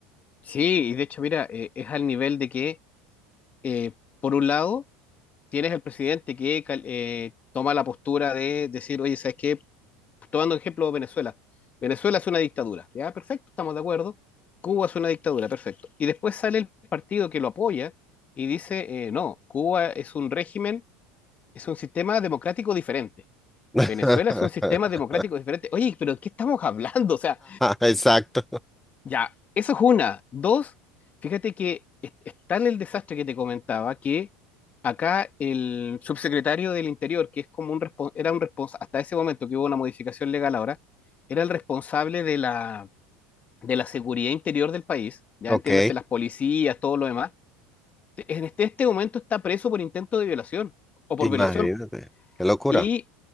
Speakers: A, on the left (about 30°); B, in the centre.
A: Sí, y de hecho, mira, eh, es al nivel de que, eh, por un lado, tienes el presidente que cal- eh, toma la postura de decir, oye, ¿sabes qué? tomando ejemplo Venezuela. Venezuela es una dictadura, ya, perfecto, estamos de acuerdo. Cuba es una dictadura, perfecto. Y después sale el partido que lo apoya y dice, eh, no, Cuba es un régimen, es un sistema democrático diferente.
B: <laughs>
A: Venezuela es un sistema democrático diferente. Oye, pero ¿qué estamos hablando? O sea,
B: Exacto.
A: ya, eso es una. Dos, fíjate que es, es tal el desastre que te comentaba que acá el subsecretario del Interior, que es como un respon- era un responsable, hasta ese momento que hubo una modificación legal ahora, era el responsable de la, de la seguridad interior del país, ya
B: Ok.
A: entiéndase, las policías, todo lo demás, en este, este momento está preso por intento de violación o por
B: Imagínate,
A: violación.
B: qué locura.
A: Y